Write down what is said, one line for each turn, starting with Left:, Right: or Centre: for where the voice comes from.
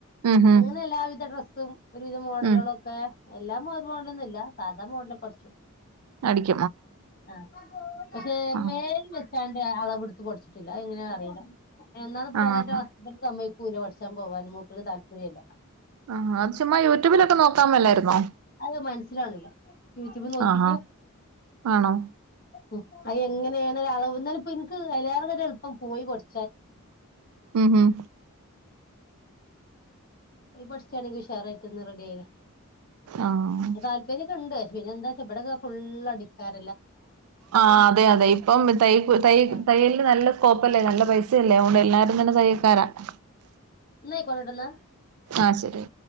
Right: ഉം ഉം
Left: അങ്ങനെ എല്ലാവിധ ഡ്രസ്സും ഒരുവിധ മോഡലുകള
Right: ഉം
Left: ഒക്കെ എല്ലാ മോഡലുകളും ഇല്ലാ സാധാ മോഡലൊക്കെ അടിച്ചും
Right: അടിക്ക
Left: ആ പക്ഷെ
Right: ആഹ്
Left: മേല വെച്ചാണ്ട് അളവിടുത്ത് പടിച്ചിട്ടില്ല അത് എങ്ങനെ അറിയില്ല എന്നത് പോകാച്ചാ
Right: ആഹ്
Left: ഹസ്ബൻഡ് സമ്മയ്ക്കൂലപഠിച്ചാൻ പോവാൻ മൂപ്പർക് താല്പര്യല്ലാ
Right: ആഹ് അത് ചുമ്മാ യൂട്യൂബിലൊക്കെ നോക്കാൻ മേലായിരുന്നോ
Left: അത് മനസിലാവ്ണ്ണില്ലാ യൂറ്റൂബ് നോക്കിട്ട്
Right: ആഹാ ആണോ..
Left: ഉ അത് എങ്ങനെയണ്‌ അളവ് ഇന്നാലും ഇന്ക് ഇപ്പം അയിൽഎറെരു എളുപ്പം പോയി പഠി.
Right: ഉം ഹും
Left: അത് പഠിച്ചാണെങ്കിൽ ഉഷാറായിട്ട ഒന്ന് റെഡി ആയിന്ന്..
Right: ആഹ്
Left: താല്പര്യൊക്കെ ഉണ്ട് പിന്നെ എന്താച്ച ഇവിടെക്കെ ഫുള്ള് അടിക്കാര..
Right: ആ അതെ അതെ ഇപ്പം തയ്യ തയ്യ
Left: ആഹ്
Right: തയ്യലിന് നല്ല സ്കോപ്പ് അല്ലേ നല്ല പൈസയല്ലേ അതോന്ടാ.. എല്ലാവരും തന്നെ തയ്യൽക്കാരാ.. ഇ
Left: ന്ന ആയിക്കോട്ടെ ട്ട ന്നാ...
Right: ആഹ് ശരി